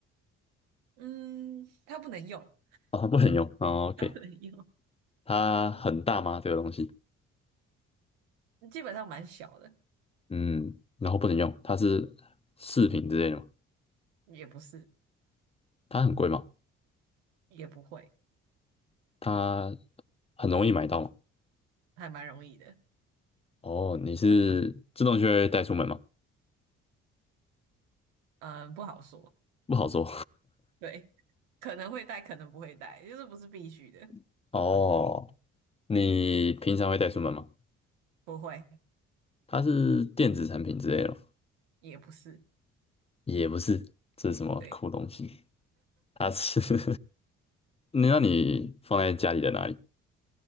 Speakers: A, on the right; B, on the left.
A: 嗯，它不能用，
B: 哦，它不能用。哦，OK，
A: 它不能用，
B: 它很大吗？这个东西？
A: 基本上蛮小的，
B: 嗯，然后不能用。它是饰品之类的吗？
A: 也不是，
B: 它很贵吗？
A: 也不会，
B: 它很容易买到嘛。
A: 还蛮容易的。
B: 哦，你是自动就会带出门吗？
A: 嗯，不好说。
B: 不好说。
A: 对，可能会带，可能不会带，就是不是必须的，
B: <laughs> 哦，你平常会带出门吗？
A: 不会，
B: 它是电子产品之类的吗
A: 也不是。
B: 也不是。这是什么酷东西？
A: 对。
B: 它是 <laughs> 你那你放在家里的哪里？